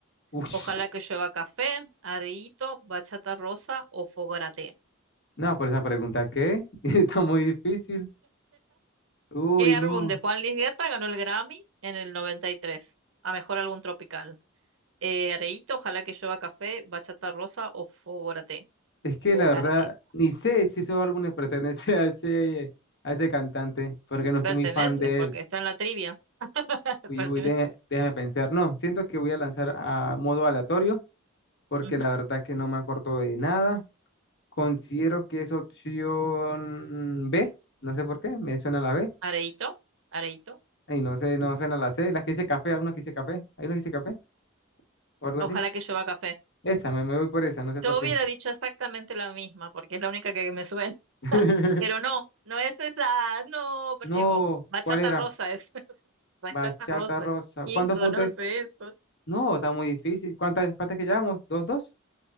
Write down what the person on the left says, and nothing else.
Uy,
<laughs>
no, por esa pregunta, ¿qué? <laughs> Está muy difícil. Uy,
no.
Es que
la verdad, ni sé si esos álbumes pertenecen <laughs> a ese, a ese cantante, porque no soy
muy fan de
él.
Uy,
uy, déjame, déjame pensar. No, siento que voy a lanzar a modo aleatorio porque
la verdad que no me acuerdo de nada. Considero que es opción B. No sé por qué, me suena la B.
Y no sé, no suena la C. La que dice café, alguna que dice café. Hay una que dice café o algo
así.
Esa, me, me voy por esa, no sé
por qué.
<laughs>
No,
¿cuál era?
Bachata
rosa.
¿Cuántos
puntos es?
No, está muy difícil. ¿Cuántas, cuántas que llevamos? ¿Dos, dos?